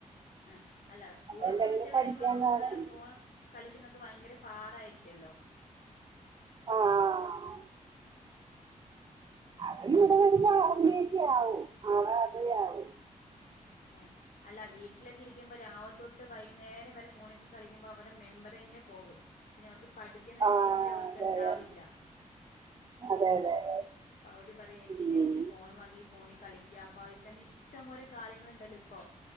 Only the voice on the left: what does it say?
ആ അല്ല സ്കൂളൊക്കെ
വിട്ട് വരുമ്പോ
ഒക്കെ
ഫോൺ കളിക്കുന്ന ഭയങ്കര പാടായിരിക്കല്ലോ
ഉം
എഹ് അല്ല വീട്ടിലൊക്കെ ഇരിക്കുമ്പോ രാവത്തൊട്ട് വൈകുന്നേരം വരെ ഫോണിക്കെ കളിക്കുമ്പോ അവരെ മെമ്മറിയന്നെ പോകും. പിന്നെ അവർ പഠിക്കുന്നതിന്റെ
ചിന്ത അവർക്ക്ണ്ടാവില്ല.
അപ്പ അവര് പറയും എന്തിനാനി
ഫോണ് മതി ഫോണി കളിക്കാപ്പ തന്നെ ഇഷ്ടംപോലെ കാര്യങ്ങള് ണ്ടല്ലോ ഇപ്പോ.